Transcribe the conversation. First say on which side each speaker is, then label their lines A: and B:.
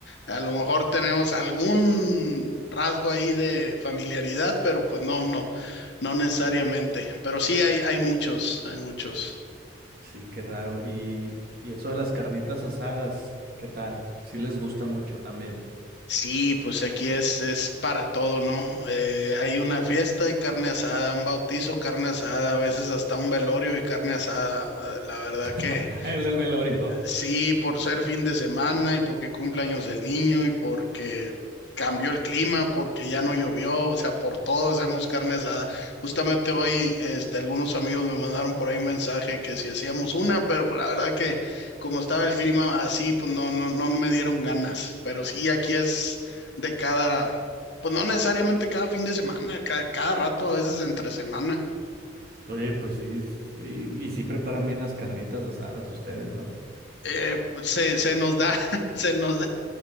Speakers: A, on the left; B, on the right.
A: A lo mejor tenemos algún rasgo ahí de familiaridad, pero pues no, no, no necesariamente. Pero sí hay, hay muchos, hay muchos.
B: Sí, qué raro. Y, y eso de las carnitas asadas, ¿qué tal? Sí les gusta mucho también.
A: Sí, pues aquí es, es para todo, ¿no? Eh, hay una fiesta y carne asada, un bautizo, carne asada, a veces hasta un velorio y carne asada. La verdad que
B: <laughs> El del velorio.
A: Sí, por ser fin de semana y porque cumpleaños del niño y porque cambió el clima, porque ya no llovió, o sea, por todo hacemos carne asada. Justamente hoy, este, algunos amigos me mandaron por ahí un mensaje que si hacíamos una, pero pues, la verdad que como estaba el clima así, pues no, no, no me dieron ganas. Pero sí, aquí es de cada, pues no necesariamente cada fin de semana, cada cada, rato, a veces entre semana.
B: Oye, pues sí, sí, y sí preparan bien las carnitas asadas ustedes, ¿no?
A: Eh, se, se nos da, <laughs> se nos da.